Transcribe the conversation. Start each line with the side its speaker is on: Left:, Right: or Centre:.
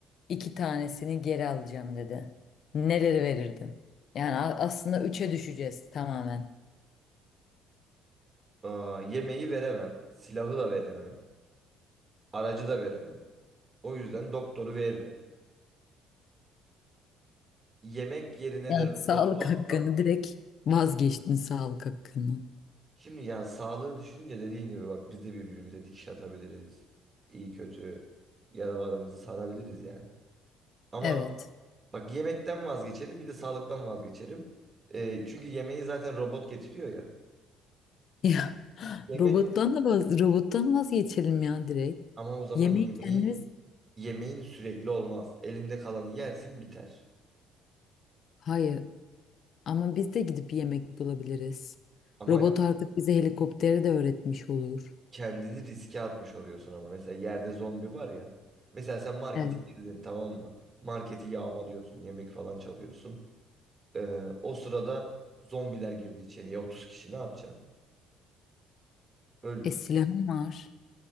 Left: iki tanesini geri alacağım dedi. Neleri verirdin? Yani a- aslında üçe düşeceğiz tamamen.
Right: Aa, yemeği veremem. Silahı da veremem. Aracı da veremem. O yüzden doktoru veririm. Yemek yerine
Left: Yani
Right: de robotu
Left: sağlık
Right: alsam.
Left: hakkını direkt Vazgeçtin sağlık hakkını.
Right: Şimdi ya sağlığı düşününce dediğin gibi bak biz de birbirimize dikiş atabiliriz. İyi kötü yaralarımızı sarabiliriz yani. Ama
Left: evet.
Right: bak yemekten vazgeçerim bir de sağlıktan vazgeçerim. Ee, çünkü yemeği zaten robot getiriyor ya.
Left: Ya
Right: Yemek
Left: robottan da vaz robottan vazgeçelim ya direkt.
Right: ama o zaman
Left: Yemeği
Right: yemeğin
Left: kendimiz
Right: yemeğin sürekli olmaz. Elinde kalanı yersin biter.
Left: hayır ama biz de gidip yemek bulabiliriz.
Right: Ama
Left: Robot artık bize helikopteri de öğretmiş olur.
Right: kendini riske atmış oluyorsun ama mesela yerde zombi var ya. Mesela sen markete
Left: Evet.
Right: girdin tamam mı? Marketi yağmalıyorsun, yemek falan çalıyorsun. Ee, o sırada zombiler girdi içeriye 30 kişi ne yapacaksın? Öldün.
Left: E silahım var.